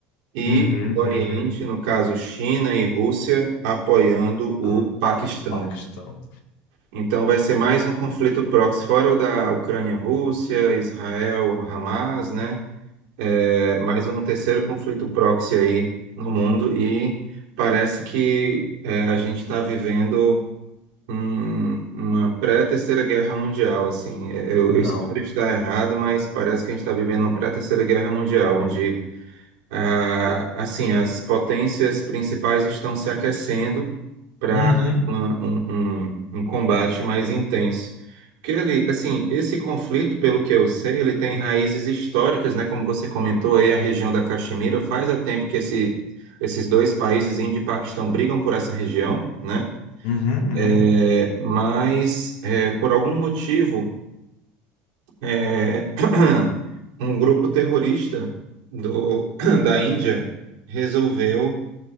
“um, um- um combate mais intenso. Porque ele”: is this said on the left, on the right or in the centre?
Right